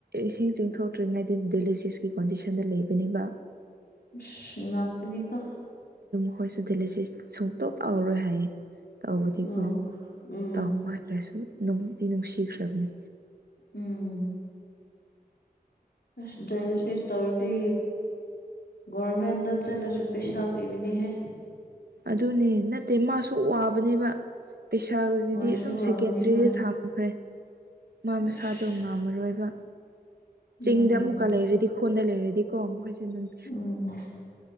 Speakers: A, on the right; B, on the left.
A: ꯏꯁꯤꯡ ꯆꯤꯡꯊꯣꯛꯇ꯭ꯔꯤꯉꯩꯗ ꯗꯦꯂꯤꯁꯤꯁꯀꯤ ꯀꯣꯟꯗꯤꯁꯟꯗ ꯂꯩꯕꯅꯦꯕ
B: ꯏꯁ ꯉꯛꯄꯅꯤꯀꯣ
A: ꯑꯈꯣꯏꯁꯨ ꯗꯦꯜꯂꯤꯁꯤꯁ ꯁꯨꯡꯇꯧ ꯇꯧꯔꯔꯣꯏ ꯍꯥꯏꯌꯦ ꯇꯧꯕꯗꯤꯀꯣ
B: ꯎꯝ ꯎꯝ
A: ꯇꯧꯕꯀꯥꯟꯗꯁꯨ ꯅꯨꯡꯗꯤ ꯅꯨꯡꯁꯤꯈ꯭ꯔꯕꯅꯦ
B: ꯎꯝ ꯑꯁ ꯗꯥꯢꯂꯥꯏꯁꯤꯁ ꯇꯧꯔꯗꯤ ꯒꯣꯔꯃꯦꯟꯗ ꯆꯠꯂꯁꯨ ꯄꯩꯁꯥ ꯄꯤꯕꯅꯤ ꯍꯦ
A: ꯑꯗꯨꯅꯦ ꯅꯠꯇꯦ ꯃꯥꯁꯨ ꯋꯥꯕꯅꯦꯕ ꯄꯩꯁꯥꯗꯨꯗꯤ
B: ꯋꯥꯁꯨ
A: ꯑꯗꯨꯝ
B: ꯋꯥꯒꯅꯤ
A: ꯁꯦꯀꯦꯟꯗ꯭ꯔꯤꯗ
B: ꯍꯣꯏ
A: ꯊꯝꯈ꯭ꯔꯦ ꯃꯥ
B: ꯑꯁ
A: ꯃꯁꯥꯗꯣ ꯉꯥꯝꯃꯔꯣꯏꯕ
B: ꯎꯝ
A: ꯆꯤꯡꯗ ꯑꯃꯨꯛꯀ ꯂꯩꯔꯗꯤ ꯈꯨꯟꯗ ꯂꯩꯔꯗꯤꯀꯣ ꯃꯈꯣꯏꯁꯦ ꯅꯨꯡ
B: ꯎꯝ